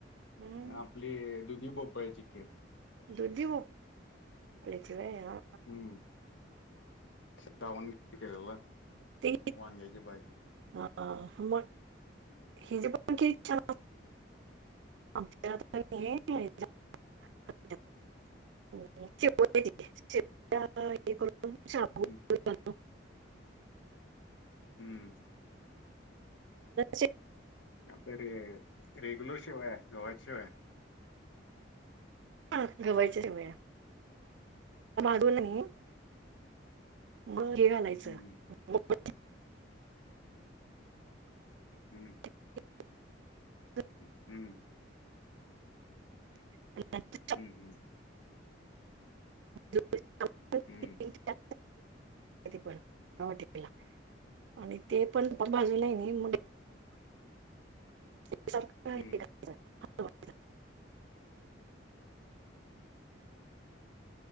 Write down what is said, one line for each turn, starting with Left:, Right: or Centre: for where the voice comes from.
Right: हम्म
Left: आपली दुधी भोपळ्याची खीर.
Right: दुधी भोप ळ्या ची वय हं!
Left: हूं <unintelligible> वण घ केलेला
Right: ते
Left: वांग्याची भाजी
Right: हा हा मं! हि ज पखी इच्छा.. आ.. मच्या <unintelligible> <inaudible> चेपू.. देत ह चेपू एक- एक रुपया छापतात <unintelligible>
Left: हूं!
Right: पहिला..
Left: हम्म
Right: चे <unintelligible>
Left: आता रे रेगुलर शेवाया, गव्हा शेवाया.
Right: अ गव्हाच्या शेवया <unintelligible> घडी घालायचं
Left: हम्म
Right: <unintelligible>
Left: हूं!
Right: <unintelligible> <inaudible>
Left: हं हम्म
Right: <unintelligible> <inaudible>
Left: हम्.. हम्म
Right: <unintelligible> <inaudible>
Left: हम्म
Right: घ्या ते पण लावा ते पहिला आणि ते पण बाजूला आहे मी एक सारखं हे
Left: हम्म
Right: करायचं. हळद,